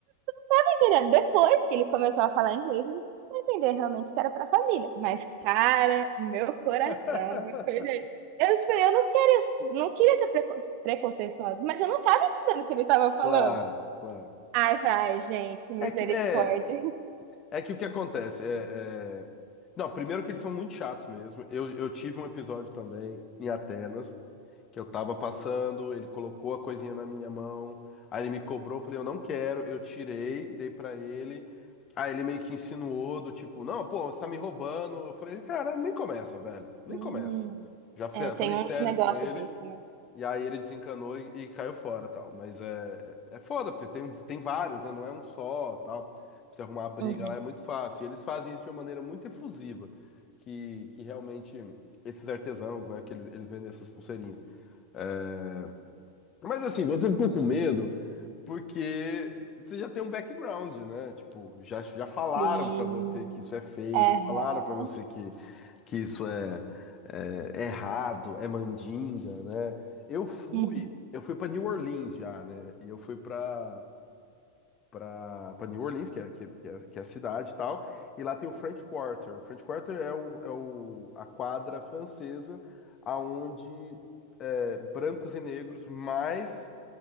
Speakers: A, on the right; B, on the left.
A: tá entendendo? Depois que ele começou a falar inglês, ele começou a entender realmente que era pra família. Mas, cara, o meu coração,
B: <laughs>
A: eu falei, gente, eu, tipo, eu não queria, não queria ser precon- preconceituosa, mas eu não tava entendendo o que ele tava falando.
B: Claro, claro.
A: Ai, vai, gente, misericórdia.
B: É que é. É que o que acontece é, é- Não, primeiro que eles são muito chatos mesmo. Eu, eu tive um episódio também em Atenas, que eu tava passando, ele colocou a coisinha na minha mão, aí ele me cobrou, eu falei, eu não quero, eu tirei, dei pra ele. Aí ele meio que insinuou do tipo, não, pô, você tá me roubando. Eu falei, cara, nem começa, velho, nem
A: Hum,
B: começa. Já fa-
A: É, tem
B: falei
A: uns
B: sério
A: negócios
B: com ele.
A: desse, né?
B: E aí ele desencanou e, e caiu fora, tal. Mas é, é, é foda, porque tem, tem vários, né? Não é um só, tal. Pra você arrumar a briga
A: uhum.
B: lá é muito fácil. E eles fazem isso de uma maneira muito efusiva, que, que realmente esses artesãos, né? Que eles, eles vendem essas pulseirinhas. É, Mas assim, você ficou com medo? Porque você já tem um background, né? Tipo, já, já falaram
A: Sim.
B: pra você que isso é feio,
A: Aham.
B: falaram pra você que, que isso é, é é errado, é mandinga, né? Eu fui,
A: Uhum.
B: eu fui para New Orleans já, né? E eu fui pra para para New Orleans, que é, que, é, que é que é a cidade e tal, e lá tem o French Quarter. O French Quarter é, o, é o, a quadra francesa aonde é, brancos e negros mais